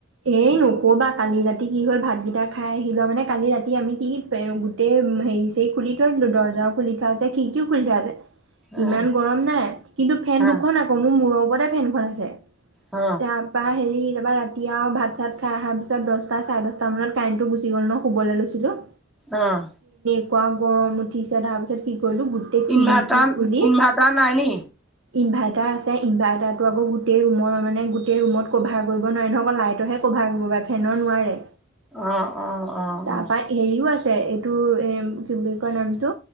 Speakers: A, on the right; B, in the centre.
A: এই নকবা কালি ৰাতি কি হ'ল ভাতকেইটা খাই আহি লোৱা মানে কালি ৰাতি আমি কি কি গোটেই হে খুলি থৈ আছিলো দৰ্জাও খুলি থৈ আছে কি কি খুলি থৈ আছে
B: অ
A: ইমান গৰম নাই কিন্তু ফেন দুখন
B: অ
A: আকৌ মোৰ মূৰৰ ওপতে ফেনখন আছে
B: অহ
A: তাৰপা হেৰি তা ৰাতি এতিয়াও ভাত চাত খাইহা পিছত দহটা চাৰে দহটা মানত কাৰেণ্টটো গুচি গ'ল ন শুবলৈ লৈছিলো
B: আহ
A: একুৱা গৰম উঠিছে তাৰ পিছত কি কৰিলো গোটেই খিৰিকী
B: ইনভাৰ্টাৰ
A: খুলি
B: ইনভাৰ্টাৰ নাই নি?
A: ইনভাৰ্টাৰ আছে ইনভাৰ্টাৰটো আক গোটেই ৰুমৰ মানে গোটেই ৰুমত কভাৰ কৰিব নোৱাৰে নহয়। লাইটতৰেহে কভাৰ কৰিব পাৰে ফেনৰ নোৱাৰে।
B: অ অ অ
A: তাৰপা
B: অ
A: হেৰিও আছে এইটো এ কি বুলি কয় নামটো।